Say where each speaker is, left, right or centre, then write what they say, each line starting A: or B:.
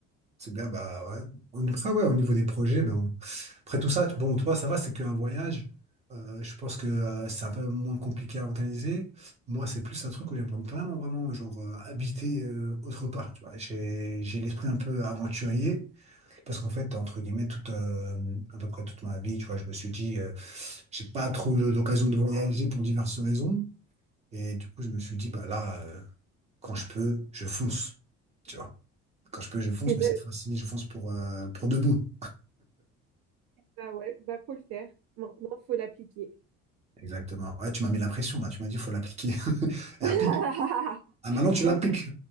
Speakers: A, on the right; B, on the right.
A: C'est bien, bah ouais. Après, ouais, au niveau des projets, ben, Après tout ça, tu- bon, toi, ça va, c'est qu'un voyage. Euh, je pense que euh, c'est un peu moins compliqué à organiser. Moi, c'est plus un truc où j'aimerais vraiment, vraiment, genre, euh, habiter euh, autre part. Tu vois, j'ai, j'ai l'esprit un peu aventurier parce qu'en fait, entre guillemets, toute, euh, à peu près toute ma vie, tu vois, je me suis dit, euh, j'ai pas trop eu l'occasion de voyager pour diverses raisons. Et du coup, je me suis dit, bah là, euh, quand je peux, je fonce. Tu vois, quand je peux, je fonce,
B: c'est vrai
A: mais cette fois-ci, je fonce pour, euh, pour de bon.
B: Bah ouais, bah faut le faire. Maintenant, faut l'appliquer.
A: Exactement. Ouais, tu m'as mis la pression là. Tu m'as dit, il faut l'appliquer. <laughs> Et
B: <laughs>
A: applique. Ah, maintenant, tu l'appliques.
B: Bah faut,